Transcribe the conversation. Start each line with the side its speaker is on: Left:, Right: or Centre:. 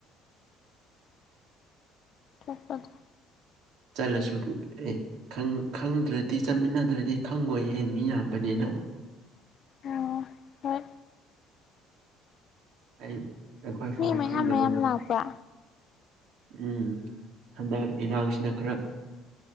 Left: ꯇꯣꯛꯄꯗꯨ
Right: ꯆꯠꯂꯁꯨ ꯑꯦ ꯈꯪ ꯈꯪꯗ꯭ꯔꯗꯤ ꯆꯠꯃꯤꯟꯅꯗ꯭ꯔꯗꯤ ꯈꯪꯉꯣꯏꯌꯦ ꯃꯤ ꯌꯥꯝꯕꯅꯤꯅ
Left: ꯑꯣ ꯍꯣꯏ
Right: ꯑꯩ ꯑꯩꯈꯣꯏ ꯐꯥꯎ
Left: ꯃꯤ ꯃꯌꯥꯝ
Right: ꯈꯪꯗꯕ
Left: ꯃꯌꯥꯝ ꯂꯥꯛꯄ꯭ꯔꯥ
Right: ꯎꯝ ꯍꯟꯗꯛ ꯏꯔꯥꯡꯁꯤꯅ ꯈꯔ